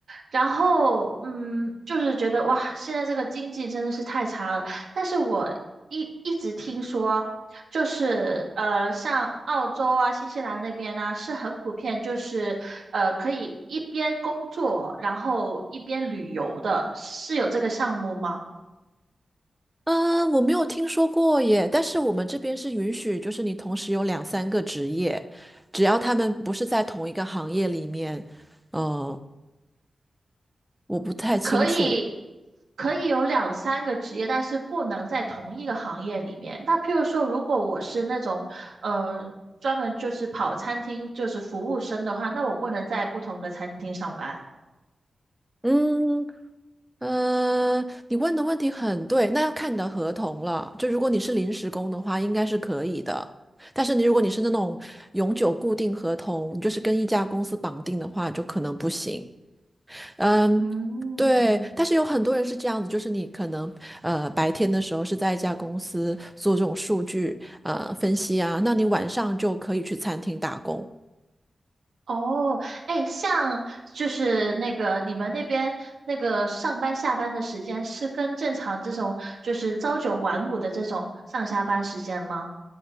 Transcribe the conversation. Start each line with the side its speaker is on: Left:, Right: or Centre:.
Right: 然后嗯，就是觉得哇，现在这个经济真的是太差了。但是我一一直听说，就是呃，像澳洲啊、新西兰那边呢、是很普遍，就是呃，可以一边工作，然后一边旅游的，是有这个项目吗？
Centre: 啊，我没有听说过耶，但是我们这边是允许，就是你同时有两三个职业，只要他们不是在同一个行业里面。呃，我不太清楚。
Right: 可以可以有两三个职业，但是不能在同一个行业里面。那譬如说，如果我是那种呃专门就是跑餐厅就是服务生的话，那我不能在不同的餐厅上班。
Centre: 嗯，呃，你问的问题很对，那要看你的合同了。就如果你是临时工的话，应该是可以的。但是你如果你是那种永久固定合同，你就是跟一家公司绑定的话，就可能不行。嗯，
Right: 嗯，
Centre: 对，但是有很多人是这样子，就是你可能呃白天的时候是在一家公司做这种数据呃分析啊，那你晚上就可以去餐厅打工
Right: 哦，哎，像就是那个你们那边那个上班下班的时间是跟正常这种就是朝九晚五的这种上下班时间吗？